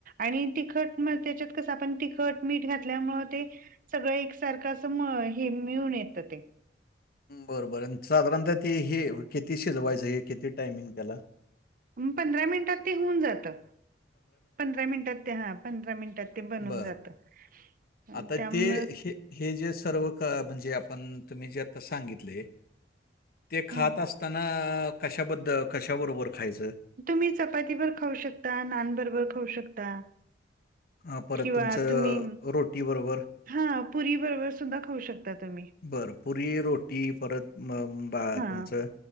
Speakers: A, on the right (about 50°); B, on the left (about 55°).
A: आणि तिखट मग त्याच्यात कसं आपण तिखट मीठ घातल्यामु ते सगळं एकसारखं असं हे मिळून येतं ते
B: बरबर साधारणत त हे किती शिजवायचं हे किती टायमिंग त्याला
A: पंधरा मिनिटात ते होऊन जातं पंधरा मिनिटात ते हा पंधरा मिनिटात ते बनून
B: बरं.
A: जात आनी
B: आता
A: त्यामुळे
B: ते हे हे जे सर्व का म्हणजे आपण तुम्ही जे आता सांगितले ते
A: हं
B: खात असताना कशाबद्दल कशाबरोबर खायचं
A: तुम्ही चपाती बरोबर खाऊ शकता नान बरोबर खाऊ शकता.
B: हा परत
A: किंवा
B: तुमचं
A: तुम्ही
B: रोटी बरोबर
A: हा पुरी बरोबर सुद्धा खाऊ शकता तुम्ही.
B: बरं पुरी रोटी परत बा
A: हा
B: तुमचं